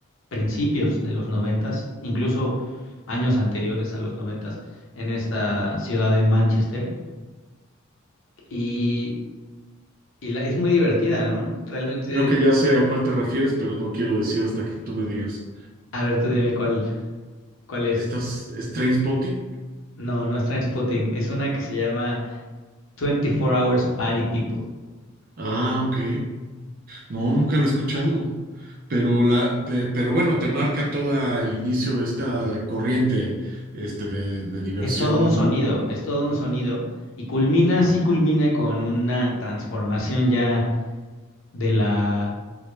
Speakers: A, on the left (about 65°); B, on the right (about 45°).
A: principios de los noventas, incluso años anteriores a los noventas, en esta ciudad de Manchester. Y, y la- es muy divertida, ¿no? Realmente,
B: Creo que ya sé a cuál te refieres, pero no quiero decir hasta que tú me digas.
A: a ver, tú dime cuál, cuál es.
B: ¿Estás es Trainspotting?
A: No, no es Trainspotting, es una que se llama 24 Hours Party People.
B: Ah, ok. No, nunca la he escuchado. Pero la, pe- pero bueno, te marca todo el inicio de esta corriente, este, de, de diversión.
A: Es todo un sonido, es todo un sonido. Y culmina,
B: Ok.
A: sí culmina con una transformación ya de la